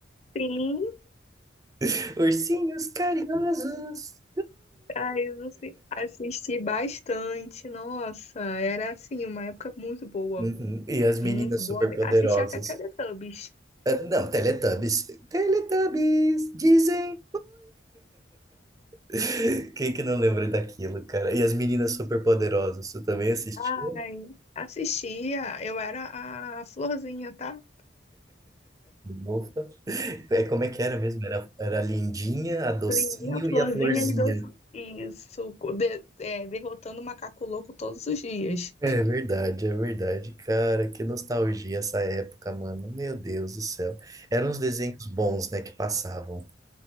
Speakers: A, on the left (about 35°); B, on the right (about 20°).
A: Sim.
B: <laughs> Ursinhos carinhosos.
A: Aí eu assi- assisti bastante, nossa, era assim, uma época muito boa,
B: Uhum, E as meninas
A: muito boa
B: superpoderosas.
A: mesmo. Assisti até Teletubbies.
B: Ah, Não, Teletubbies. Teletubbies, dizem. <laughs> Quem que não lembra daquilo, cara? E as meninas superpoderosas, tu também assistia?
A: Ai, assistia, eu era a florzinha, tá?
B: Ufa. É como é que era mesmo? Era, era a Lindinha, a Docinho
A: Lindinha, florzinha
B: e a Florzinha.
A: e doce. Isso, de- é, derrotando o macaco louco todos os dias.
B: É verdade, é verdade. Cara, que nostalgia essa época, mano. Meu Deus do céu. Eram uns desenhos bons, né, que passavam.